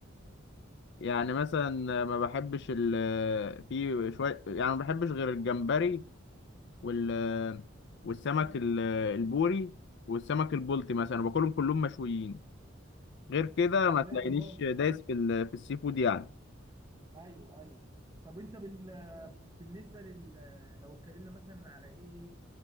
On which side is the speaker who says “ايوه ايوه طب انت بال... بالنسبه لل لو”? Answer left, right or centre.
Right